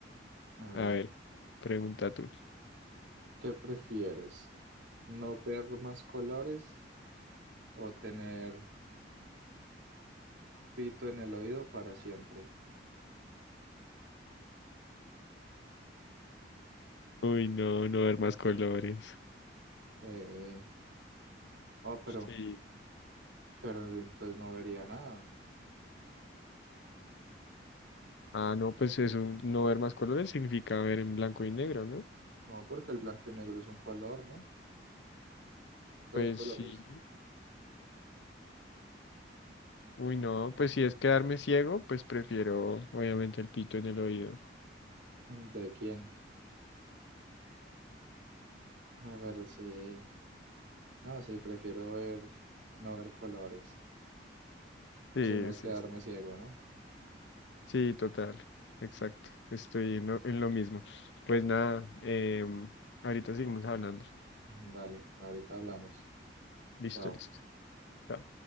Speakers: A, on the right (about 80°); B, on the left (about 75°).
A: A ver,
B: A ver, pregunta tú.
A: ¿qué prefieres? ¿No ver más colores o tener pito en el oído para siempre?
B: Uy, no, no ver más colores.
A: Eh, oh, pero,
B: Sí.
A: pero entonces no vería nada.
B: Ah, no, pues eso, no ver más colores significa ver en blanco y negro, ¿no?
A: No, porque el blanco y negro es un color, ¿no? Dos
B: Pues
A: colores.
B: sí. Uy, no, pues si es quedarme ciego, pues prefiero obviamente el pito en el oído.
A: <laughs> ¿De quién? A ver, sí. No, sí, prefiero ver, no ver colores.
B: Sí,
A: Si no es
B: sí,
A: quedarme ciego, ¿no?
B: Sí, total, exacto. Estoy en lo, en lo mismo. Pues nada, em, ahorita seguimos hablando.
A: <laughs> Dale, ahorita hablamos.
B: Listo,
A: Chao.
B: listo. Chao.